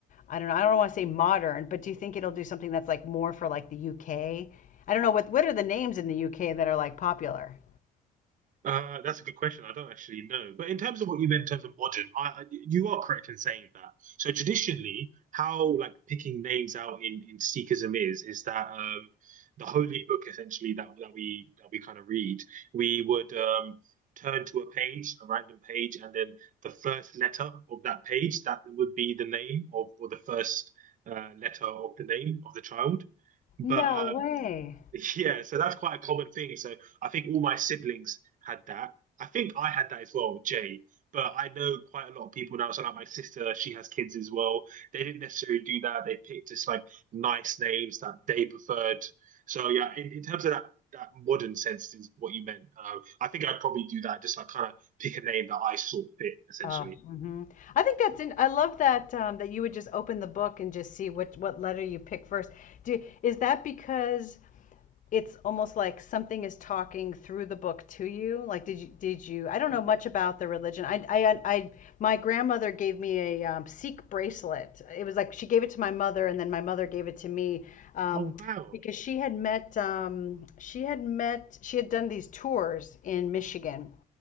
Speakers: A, on the left; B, on the right.
A: I don't know I don't want to say modern but do you think it'll do something that's like more for like the UK? I don't know what what are the names in the UK that are like popular?
B: Uh, that's a good question. I don't actually know. But in terms of what you meant in terms of modern, I, I, you are correct in saying that. So traditionally, how like picking names out in, in Sikhism is is that um, the holy book essentially that that we that we kind of read, we would um, turn to a page, a random page, and then the first letter of that page that would be the name of or the first uh, letter of the name of the child. But
A: No
B: uh,
A: way.
B: <laughs> Yeah, so that's quite a common thing. So I think all my siblings had that. I think I had that as well, Jay. But I know quite a lot of people now. So like my sister, she has kids as well. They didn't necessarily do that. They picked just like nice names that they preferred. So yeah, in, in terms of that that modern sense is what you meant. Uh, I think I'd probably do that, just like kind of pick a name that I saw fit, essentially.
A: Oh, hmm I think that's in, I love that um, that you would just open the book and just see what what letter you pick first. Do, is that because it's almost like something is talking through the book to you? Like, did you did you? I don't know much about the religion. I I, I my grandmother gave me a um, Sikh bracelet. It was like she gave it to my mother, and then my mother gave it to me. Um,
B: Oh wow.
A: because she had met um, she had met she had done these tours in Michigan